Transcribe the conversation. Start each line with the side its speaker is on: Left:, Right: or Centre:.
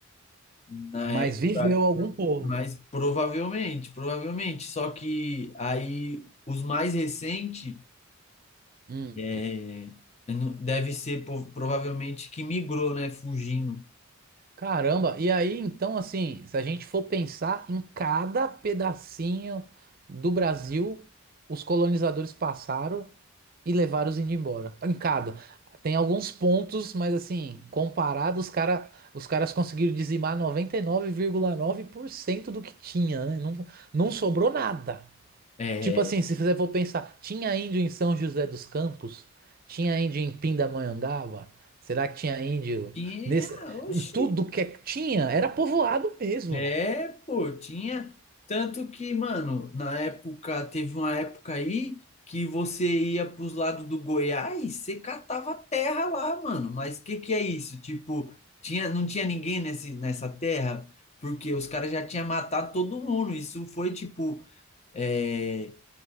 Left: Na
Right: Mas
Left: época,
Right: viveu algum povo.
Left: Mas provavelmente, provavelmente. Só que aí os mais recentes
Right: Hum.
Left: é, não- deve ser po- provavelmente que migrou, né? Fugindo.
Right: Caramba, e aí então, assim, se a gente for pensar em cada pedacinho do Brasil, os colonizadores passaram e levaram os índios embora. Em cada. Tem alguns pontos, mas assim, comparado, os cara, os caras conseguiram dizimar 99,9% do que tinha, né? Não, não sobrou nada.
Left: É,
Right: Tipo assim, se você for pensar, tinha índio em São José dos Campos? Tinha índio em Pindamonhangaba? Será que tinha índio
Left: que
Right: nesse...
Left: é, oxi.
Right: em tudo que tinha? Era povoado mesmo.
Left: É, pô, tinha. Tanto que, mano, na época, teve uma época aí que você ia pros lados do Goiás, você catava terra lá, mano. Mas o que que é isso? Tipo, tinha, não tinha ninguém nesse, nessa terra, porque os caras já tinham matado todo mundo. Isso foi, tipo, é,